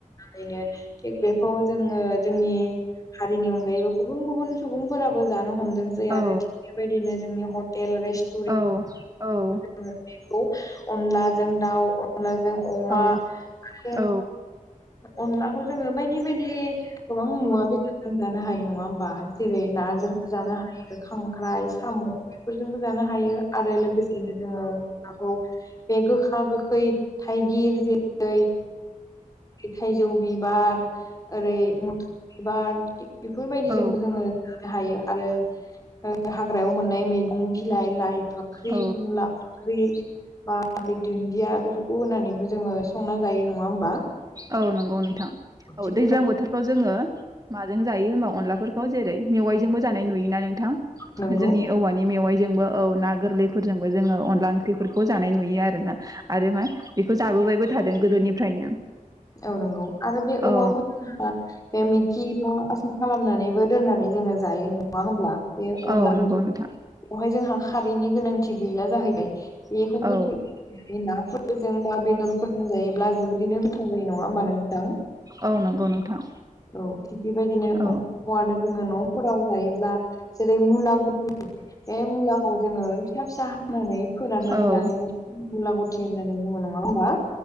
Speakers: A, on the left (about 25°); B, on the right (about 25°).
A: यैनो थिग बेखौ जोङो जोंनि हारिनि अनगायैबो गुबुन गुबुन सुबुंफोराबो जानो हमदोंसै आरो
B: औ
A: थिग बेबायदिनो जोंनि हटेल रेसत।
B: औ औ।
A: बेखौ अनलाजों दाउ अनलाजों अमा
B: औ
A: आरो
B: औ
A: अनलाखौ जोङो बायदि बायदि गोबां मुवा बे जों जानो हायो नोङा होमबा? जेरै नाजोंबो जानो हायो खांख्राइ साम' बेफोरजोंबो जानो हायो आरो लोगोसेनो जोंङो नाखौ बे गोखा गोखै थाइगिर जेरै थाइजौ बि बिबार ओरै मुथुर बिबार थिग बेफोरबायदिजोंबो
B: औ
A: जोंङो हायो आरो ओ हाग्रायाव मोननाय मैगं बिलाइ लाइ फाख्रि,
B: औ
A: मुला ख्रि बा बे दुन्दिया बेफोरखौ होनानैबो जोङो। संना जायो नङा होमबा।
B: औ नंगौ नोंथां औ
A: थिग
B: दैज्लां
A: बेबायदिखौ
B: बोथोरफ्राव जोङो माजों जायो होमबा अनलाफोर खौ जेरै मेवाइजोंबो जानाय नुयोना नोंथां
A: नंगौ
B: जोंनि औवानि मेवाइजोंबो औ ना गोरलैफोरजोंबो जोङो अनला ओंख्रिफोरखौ जानाय नुयो आरोना आरो मा बेखौ जाबोबायबो थादों गोदोनिफ्रायनो।
A: औ नंगौ आरो बे औवाखौ
B: औ
A: बा मिथि बा आसार खालामनानैबो दोननानै जोंङो। जायो नङा होमब्ला बे अनला
B: औ नंगौ
A: बेवहाय
B: नोंथां
A: जोंहा खारैनि गोनांथि गैला जाहैबाय बेखौ
B: औ
A: जैरै नाफोरजों बा बेदरफोरजों जायोब्ला जोबोरैनो गोथाव जायो नङा होमबा नों जों
B: औ नंगौ नोंथां
A: औ थिग बेबायदिनो अ
B: औ
A: <unintelligible> जोंङो न'फोराव जायोब्ला जेरै मुला गु बे मुलाखौ जोंङो फिसा फिसा हानानै फोराननानै
B: औ
A: लानायखौ गुलाबथि होननानै बुङो नङा होमबा?